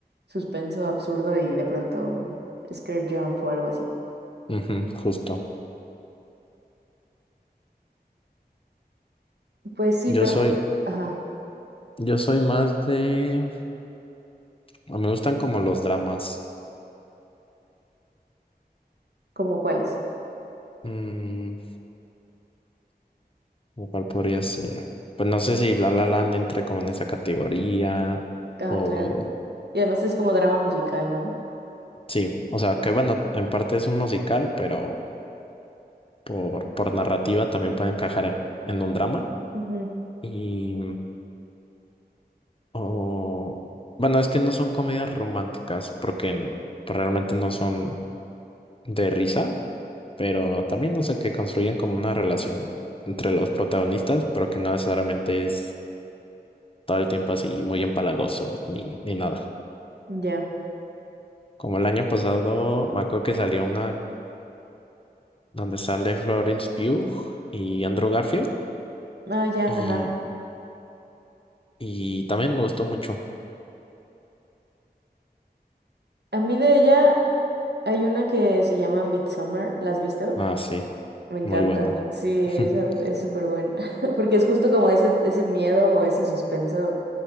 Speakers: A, on the right (about 80°); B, on the left (about 35°).
A: suspenso absurdo y de pronto un scare jump o algo así.
B: Ujú, justo.
A: Pues sí,
B: Yo
A: pero,
B: soy,
A: ajá,
B: Yo soy más de... A mí me gustan como los dramas.
A: ¿como cuáles?
B: Mm, ¿o ¿cuál podría ser? Pues no sé si La La Land entre como en esa categoría
A: Ah,
B: o...
A: claro. Y además es como drama musical, ¿no?
B: Sí, o sea, que bueno, en parte es un musical, pero por, por narrativa también puede encajar en un drama.
A: Ujú,
B: Y... O... Bueno, es que no son comedias románticas porque n- pues realmente no son de risa. pero también, no sé, que construyen como una relación entre los protagonistas, pero que no necesariamente es todo el tiempo así muy empalagoso ni, ni nada.
A: Ya.
B: Como el año pasado, me acuerdo que salió una donde sale Florence Pugh y Andrew Garfield,
A: Ah, ya,
B: y,
A: ajá.
B: y también me gustó mucho.
A: A mí de ella hay una que se llama Midsommar, ¿la has visto?
B: Ah, sí,
A: Me encanta.
B: muy bueno.
A: Sí, esa
B: <laughs>
A: es súper buena, <laughs> porque es justo como ese, ese miedo o ese suspenso.